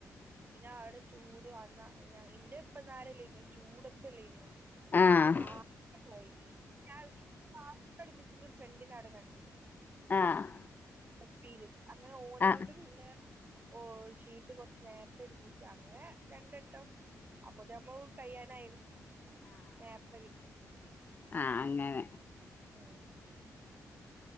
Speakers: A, on the right; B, on the left.
A: പിന്നെ അവിടെ ചൂട് അ ഞ എന്റെ ഇപ്പന്നരല്ലേനോ ചൂടൊത്തല്ലേനോ
B: ആഹ്
A: ആ <unintelligible> കാസ്റ്റ് പഠിപ്പിച്ചിന്റെ ഒരു ഫ്രണ്ടിനടകണ്ട്
B: ആഹ്
A: ഉപ്പിയില് അങ്ങനെ ഓനൊണ്ട്
B: ആഹ്
A: പിന്നെ ഓ ഷീറ്റ് കൊറച്ച് നേരത്തെ എടിപ്പിച്ചു അങ്ങനെ രണ്ടാട്ടം അപ്പൊമ്മൾ കയ്യാനായി നേത്തെ കിട്ടി
B: ആ അങ്ങനെ
A: മ്